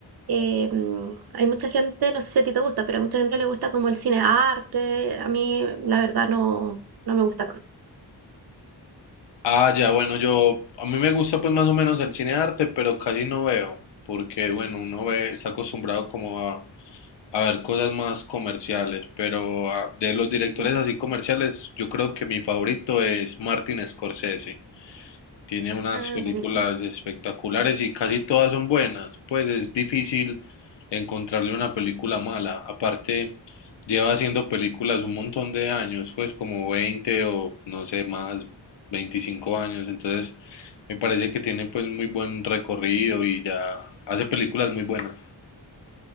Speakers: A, on the right; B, on the left.
A: eh, mm, hay mucha gente, no sé si a ti te gusta, pero a mucha gente le gusta como el cine arte. A mí, la verdad, no, no me gusta tanto.
B: Ah, ya, bueno, yo... A mí me gusta pues más o menos el cine de arte, pero casi no veo, porque bueno, uno ve, está acostumbrado como a, a ver cosas más comerciales, pero ah, de los directores
A: Ujú.
B: así comerciales, yo creo que mi favorito es Martin Scorsese. Tiene unas
A: Ah,
B: películas
A: buenísimo.
B: espectaculares y casi todas son buenas, pues es difícil encontrarle una película mala. Aparte, lleva haciendo películas un montón de años, pues como 20 o no sé más, 25 años. Entonces, me parece que tiene pues muy buen recorrido y ya hace películas muy buenas.